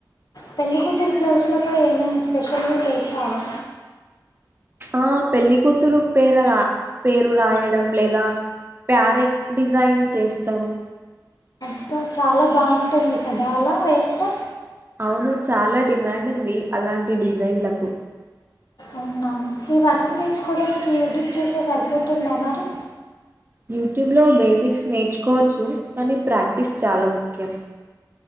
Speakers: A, on the left; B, on the right.
A: పెళ్ళికూతురు బ్లౌజ్లపై ఏమైనా స్పెషలు చేస్తావా.
B: ఆ పెళ్లికూతురు పేరరా పేరు రాయడం లేదా ప్యారెట్ డిజైన్ చేస్తాను
A: ంకా చాలా బాగుంటుంది కదా అలా వేస్తే
B: అవును చాలా డిమాండ్ ఉంది అలాంటి డిజైన్లకు.
A: అవునా ఈ వర్క్ నేర్చుకోవడానికి యూట్యూబ్ చూసే సరిపోతుందా మరి.
B: యూట్యూబ్లో బేసిక్స్ నేర్చుకోవచ్చు కానీ ప్రాక్టీస్ చాలా ముఖ్యం.